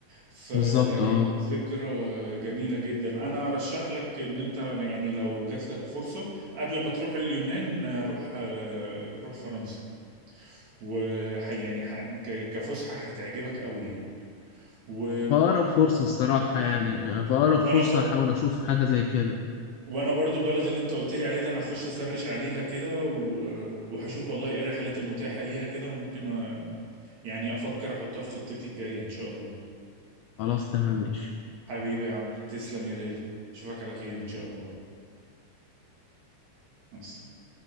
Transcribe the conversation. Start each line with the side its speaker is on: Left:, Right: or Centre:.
Right: فلا
Left: بالظبط
Right: كانت
Left: اه
Right: ذكرى جميلة جدا أنا أرشح لك إن أنت يعني لو جات لك فرصة قبل ما تروح اليونان آه، روح آه، روح فرنسا وح يعني ح... ك... كفسحة هتعجبك قوي يعني و...
Left: فأقرب فرصة الصراحة يعني آه، فأقرب
Right: وأنا
Left: فرصة
Right: ب...
Left: هحاول أشوف حاجة زي كده
Right: وأنا برضو البلد اللي أنت قلت لي عليها دي أنا هخش أسرش عليها كده و... وهشوف والله إيه الرحلات المتاحة ليها كده وممكن آه، يعني أفكر أحطها في خطتي الجاية إن شاء الله
Left: خلاص تمام ماشي
Right: حبيبي يا عبد تسلم يا غالي أشوفك على خير إن شاء الله مع السلامة.